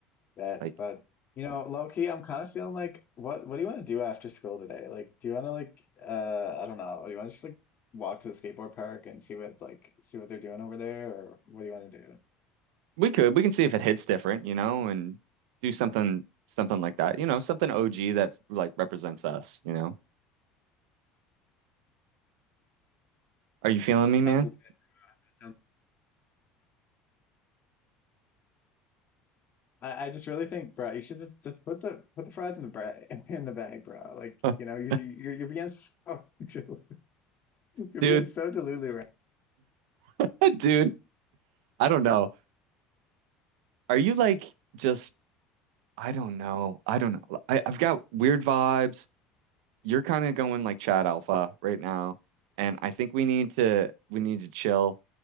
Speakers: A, on the left (about 45°); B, on the right (about 80°).
A: That,
B: Like.
A: but you know, low key, I'm kind of feeling like, what, what do you want to do after school today? Like, do you want to like, uh, I don't know, do you want to just like walk to the skateboard park and see what's like, see what they're doing over there, or what do you want to do?
B: We could. We can see if it hits different, you know, and do something something like that. You know, something OG that like represents us, you know. Are you feeling me,
A: That
B: man?
A: sounds That sounds I, I just really think, bro, you should just just put the put the fries in the bag <laughs> in the bag, bro. Like,
B: <laughs>
A: you know, you you- you're you're being so <laughs> delu- you're
B: Dude,
A: being so delulu right.
B: <laughs> dude, I don't know. Are you like just I don't know. I don't know. I, I've got weird vibes. You're kind of going like Chad Alpha right now, and I think we need to we need to chill,